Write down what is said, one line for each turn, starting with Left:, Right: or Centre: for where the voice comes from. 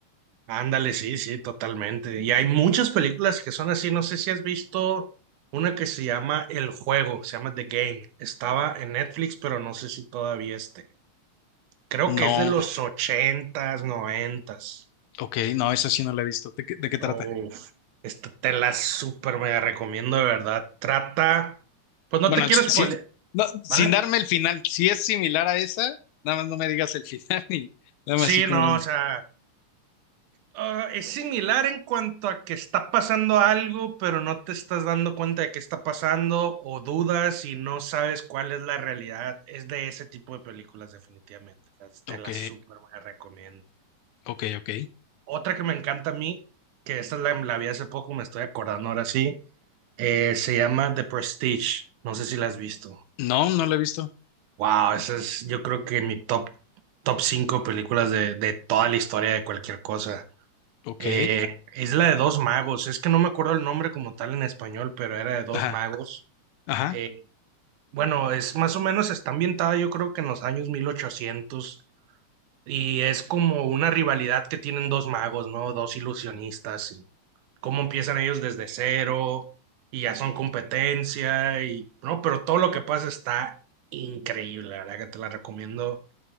Right: Ándale, sí, sí, totalmente. Y hay muchas películas que son así. No sé si has visto una que se llama El Juego, se llama The Game. Estaba en Netflix, pero no sé si todavía esté. Creo
Left: No.
Right: que es de los ochentas, noventas.
Left: Ok, no, esa sí no la he visto. ¿De qué, de qué trata?
Right: Uf, esta te la súper mega recomiendo, de verdad. Trata, pues no
Left: Bueno,
Right: te quiero
Left: sí,
Right: spoiler,
Left: sí, no, sin
Right: ¿vale?
Left: darme el final, si es similar a esa, nada más no me digas el final <laughs> y dame
Right: Sí,
Left: así como
Right: no,
Left: un...
Right: o sea, ah, es similar en cuanto a que está pasando algo, pero no te estás dando cuenta de qué está pasando o dudas y no sabes cuál es la realidad. Es de ese tipo de películas, definitivamente. O sea, te
Left: Ok,
Right: la súper mega recomiendo.
Left: ok, ok.
Right: Otra que me encanta a mí, que esta la, la vi hace poco, me estoy acordando ahora sí. Eh, se llama The Prestige. No sé si la has visto.
Left: No, no la he visto.
Right: Wow, esa es, yo creo que en mi top, top 5 películas de, de toda la historia de cualquier cosa.
Left: Ok,
Right: Eh, es la de dos magos. Es que no me acuerdo el nombre como tal en español, pero era de dos
Left: ajá,
Right: magos.
Left: ajá,
Right: Eh, bueno, es más o menos, está ambientada yo creo que en los años 1800. Y es como una rivalidad que tienen dos magos, ¿no? Dos ilusionistas y cómo empiezan ellos desde cero y ya son competencia y no, pero todo lo que pasa está increíble, la verdad que te la recomiendo